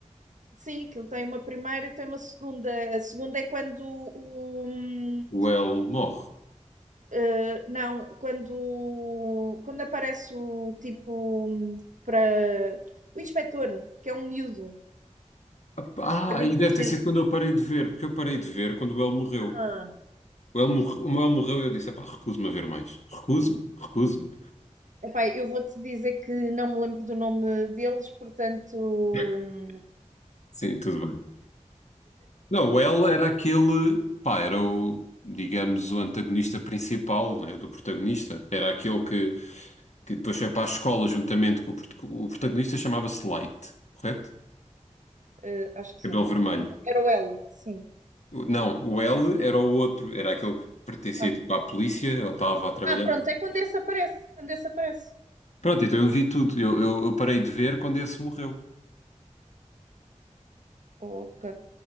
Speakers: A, on the right (about 80°); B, on the left (about 65°).
A: Sim, aquilo tem uma primeira e tem uma segunda. A segunda é quando o. hum,
B: O El morre.
A: eh, Não, quando, quando aparece o tipo hum, para o inspetor, que é um miúdo,
B: Ah,
A: pode
B: e
A: inteligente.
B: deve ter sido quando eu parei de ver, porque eu parei de ver quando o El morreu.
A: Ah.
B: O El, morre- o El morreu e eu disse: pá, recuso-me a ver mais. Recuso-me, recuso-me.
A: Epá, eu vou-te dizer que não me lembro do nome deles, portanto,
B: <laughs>
A: hum,
B: Sim, tudo bem. Não, o El era aquele, pá, era o, digamos, o antagonista principal, né, do protagonista. Era aquele que, que depois foi para a escola juntamente com o, prot- o protagonista, chamava-se Light, correto?
A: eh, acho que
B: Cabelo
A: sim.
B: vermelho.
A: Era o L, sim.
B: O- Não, o El era o outro, era aquele que pertencia
A: Ah.
B: tipo à polícia, ou estava a trabalhar.
A: Ah, pronto, é quando esse aparece, quando esse aparece.
B: Pronto, então eu vi tudo. Eu, eu, eu parei de ver quando esse morreu.
A: Ok.